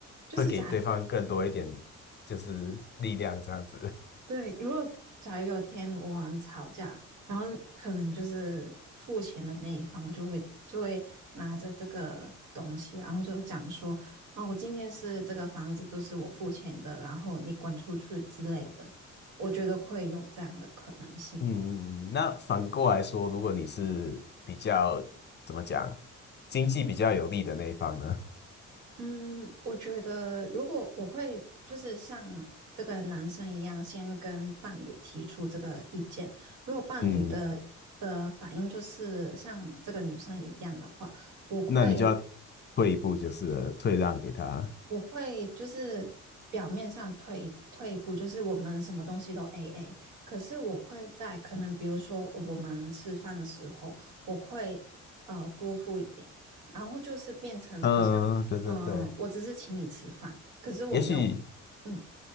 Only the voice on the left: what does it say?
会给对方更多一点，就是力量这样子。<laughs>
嗯，嗯那反过来说，如果你是比较怎么讲，经济比较有利的那一方呢？
<laughs> 嗯，
那你就要退一步，就是了退让给他。
嗯，对对对，
也许